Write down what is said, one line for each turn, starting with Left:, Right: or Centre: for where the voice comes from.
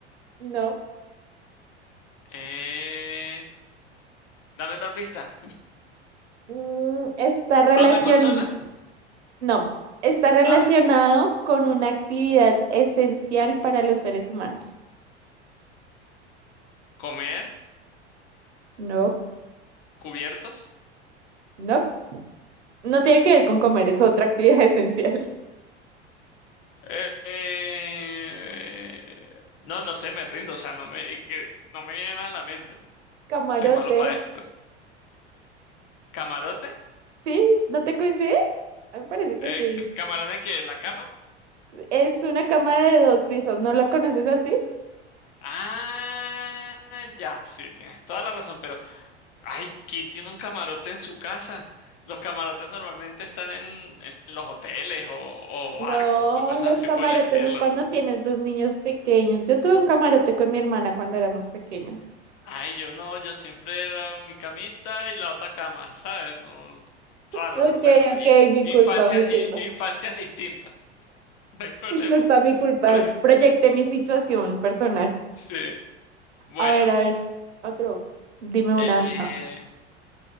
Right: no.
Left: Eh, dame otra pista.
Right: Mm, está relacion...
Left: ¿A una consola?
Right: no, está relacionado
Left: Ah,
Right: con una actividad esencial para los seres humanos.
Left: comer,
Right: No,
Left: cubiertos.
Right: no. No tiene que ver con comer, es otra actividad <laughs> esencial.
Left: Eh, eh, no, no sé, me rindo, o sea, no me, que- no me viene nada a la mente.
Right: Camarote.
Left: Soy malo para esto. ¿Camarote?
Right: ¿Sí? ¿No te coincide? A mí me parece que
Left: Eh,
Right: sí.
Left: c- ¿camarones que ¿La cama?
Right: Es una cama de dos pisos, ¿no la conoces así?
Left: Ah, ya, sí, tienes toda la razón, pero, ay, ¿quién tiene un camarote en su casa? Los camarotes normalmente están en, en los hoteles o, o barcos
Right: No,
Left: o cosas
Right: los
Left: así
Right: camarotes
Left: por el estilo.
Right: es cuando tienes dos niños pequeños. Yo tuve un camarote con mi hermana cuando éramos pequeñas.
Left: Ay, yo no, yo siempre era mi camita y la otra cama, ¿sabes? No, raro,
Right: Ok,
Left: bueno,
Right: ok,
Left: y,
Right: mi
Left: infancia,
Right: culpa, mi culpa.
Left: i- infancias distintas, <laughs> no hay problema.
Right: Disculpa, mi culpa.
Left: <laughs>
Right: Proyecté mi situación personal.
Left: Sí, bueno,
Right: A ver, a ver, otro. Dime una.
Left: eh, eh,
Right: No.